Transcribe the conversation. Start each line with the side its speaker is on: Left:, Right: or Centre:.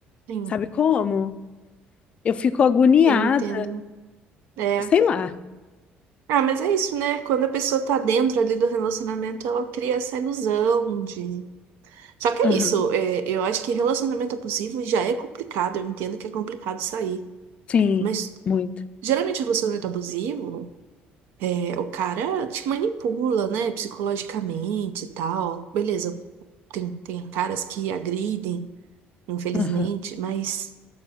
Right: sim,
Left: sabe como? Eu fico agoniada,
Right: eu entendo. É.
Left: sei lá.
Right: Ah, mas é isso, né? Quando a pessoa tá dentro ali do relacionamento, ela cria essa ilusão de. Só que é
Left: Aham,
Right: isso, é, eu acho que relacionamento abusivo já é complicado, eu entendo que é complicado sair.
Left: Sim,
Right: Mas
Left: muito.
Right: geralmente o relacionamento abusivo. É, O cara te manipula, né, psicologicamente e tal. Beleza, tem, tem caras que agridem, infelizmente,
Left: Aham,
Right: mas